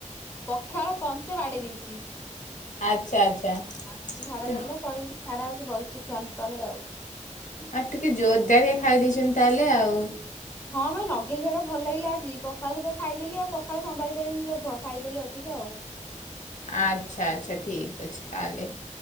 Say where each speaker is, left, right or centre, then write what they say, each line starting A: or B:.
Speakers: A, on the left (about 15°); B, on the left (about 70°).
A: ପଖାଳ କସେ ବାଡେଇ ଦେଇଚି।
B: ଆଚ୍ଛା ଆଚ୍ଛା।
A: ଆଉ ସେମତି ଝାଡା
B: ତ
A: ଲାଗିଲା ପଳେଇଲି ଟିକେ ଝାଡା ଆସି ବଇଚି ଫ୍ୟନ୍ ତଳେ ଆଉ।
B: ଆଉ ଟିକେ ଜୋରଦାରିଆ ଖାଇ ଦେଇଚନ୍ତି ତାହେଲେ ଆଉ?
A: ହଁ ମ ନଗେଇ ଖିଆ ଟା ଭଲ ଲାଗିଲା ଆଜି ପଖାଳ ସହିତ ଖାଇଦେଲି ଆଉ ପଖାଳ ସମ୍ଭାଳି ପାରିଲିନି ଲୋଭ। ଖାଇଦେଲି ଅଧିକା ଆଉ
B: ଆଚ୍ଛା ଆଚ୍ଛା ଠିକ୍ ଅଛି ତାହେଲେ।